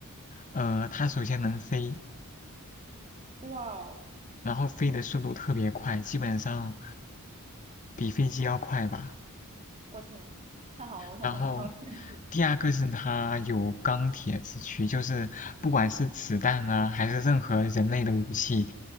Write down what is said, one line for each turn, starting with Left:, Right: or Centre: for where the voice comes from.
Left: 呃，它首先能飞，
Right: 哇哦
Left: 然后飞的速度特别快，基本上比飞机要快吧。
Right: 我天，太好了，我想当超人。
Left: 然后
Right: <laughs>
Left: 第二个是它有钢铁之躯，就是不管是子弹啊，还是任何人类的武器，